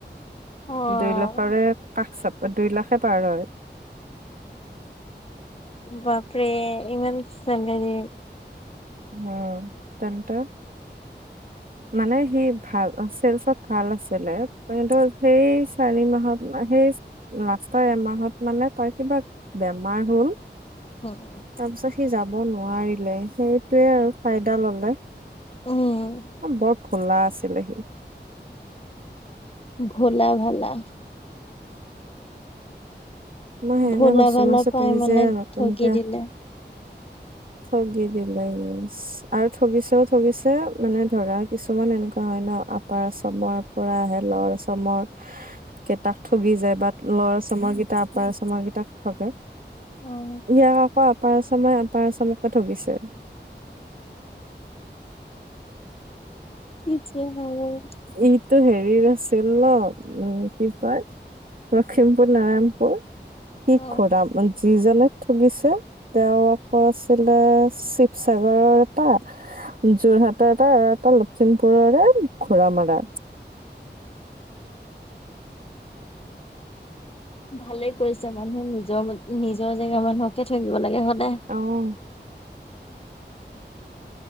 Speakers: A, on the left; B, on the right.
A: অ'
B: দুই লাখৰে কাষ চাপ দুই লাখে পাৰ হয়।
A: বাপৰে ইমান চানে
B: উম, তেন্ত। মানে সি ভাল চেলচত ভাল আছিলে কিন্তু। সেই চাৰি মাহত সেই- লাষ্টৰ এমাহত মানে তাৰ কিবা বেমাৰ হ'ল।
A: হয়।
B: তাৰপিছত সি যাব নোৱাৰিলে সেইটোৱে আৰু ফাইদা ললে।
A: উম।
B: অ বৰ খোলা আছিলে সি।
A: ভোলা ভালা।
B: মই সেয়াকে
A: ভোলা
B: কৈছো
A: ভালা
B: মই কৈছো
A: পায়
B: তুমি
A: মানে
B: যে নতুনকে
A: ঠগি দিলে।
B: ঠগি দিলে সি। আৰু ঠগিছেও ঠগিছে মানে ধৰা কিছুমান এনেকুৱা হয় ন আপাৰ আচামৰ- পৰা আহে লৱাৰ আচামৰ- কেইটাক ঠগি যায় বা লৰ আচামৰ কেইটা আপাৰ আচাচমৰ কেইটাক ঠগে।
A: অ'
B: ইয়াক আকৌ আপাৰ আচামাই আপাৰ আচামকে ঠগিছে।
A: কি যে হব।
B: ইটো হেৰিৰ আছিল ন উম কি কয়- লখিমপুৰ নাৰায়ণপুৰ শ <unintelligible>
A: অ'
B: খোৰা। যিজনে ঠগিছে তেওঁ আকৌ আছিলে শিৱসাগৰৰ এটা- যোৰহাটৰ এটা আৰু এটা লখিমপুৰৰে ঘোঁৰামাৰা।
A: ভালে কৰিছে মানুহে নিজৰ নিজৰ জেগা মানুহকে থাকিব লাগে সদায়।
B: অহ।